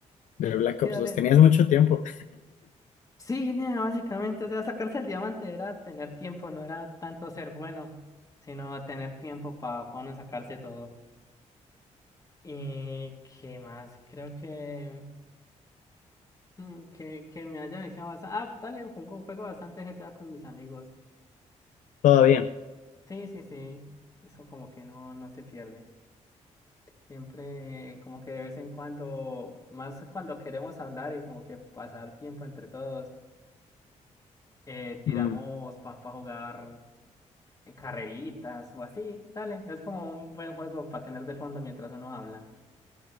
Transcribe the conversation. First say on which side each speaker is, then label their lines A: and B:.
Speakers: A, on the left; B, on the left.
A: De Black
B: Sí,
A: Ops
B: dale.
A: 2, tenías mucho tiempo.
B: Sí, nea, básicamente, o sea, sacarse el diamante era tener tiempo, no era tanto ser bueno, sino tener tiempo para uno sacarse todo. ¿Y qué más? Creo que, mm, que, que me haya dejado bastante... Ah, dale, juego, juego bastante GTA con mis amigos.
A: Todavía.
B: Sí, sí, sí. Eso como que no, no se pierde. Siempre como que de vez en cuando, más cuando queremos hablar y como que pasar tiempo entre todos, eh, tiramos
A: Mm.
B: para jugar eh, carreritas o así. Dale, es como un buen juego para tener de fondo mientras uno habla.